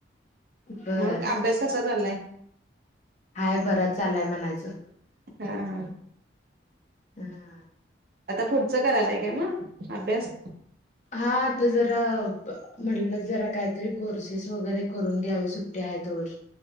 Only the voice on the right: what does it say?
मग अभ्यास कसा चाललाय?
हा हा
आता पुढचं कराय काय म अभ्यास?